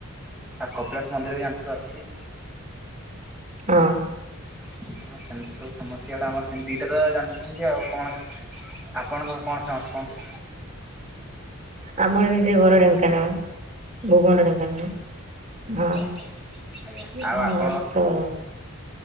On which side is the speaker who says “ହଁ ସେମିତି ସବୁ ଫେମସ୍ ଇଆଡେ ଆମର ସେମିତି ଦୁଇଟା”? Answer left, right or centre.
Centre